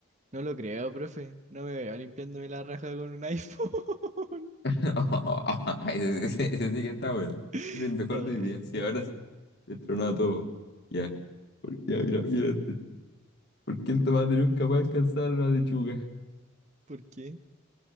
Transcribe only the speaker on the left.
<laughs> Ay, ese, ese- ese sí que está bueno.
Es el mejor
de mi día. Sí,
ahora
se le a todo. Ya. Por- Ya, mira, mira este. ¿Por qué el tomate nunca va a alcanzar una lechuga?